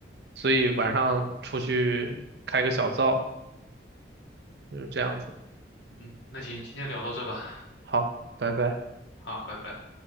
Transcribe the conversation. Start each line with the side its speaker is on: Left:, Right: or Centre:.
Right: 所以晚上出去开个小灶，就是这样子。
Left: 嗯，那行，今天聊到这吧，
Right: 好，拜拜。
Left: 好，拜拜。